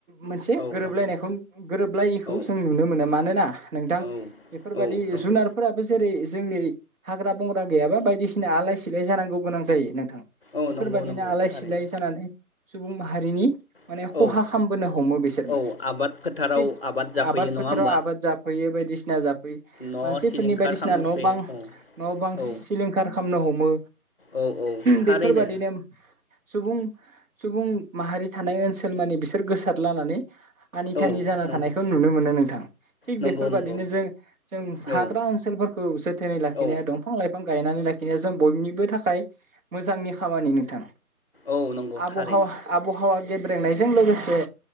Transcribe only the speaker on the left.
औ
नंगौ
औ
औ
औ नंगौ
औ
नंगौ
नंगौ
थारैनो
औ
औ
औ आबाद फोथाराव
जाफैयो
नङा होमबा
न'
सिलिंखार
खालामफैयो
औ
औ
औ औ थारैनो
औ
नंगौ
नंगौ
नंगौ
औ
औ
औ नंगौ
थारैनो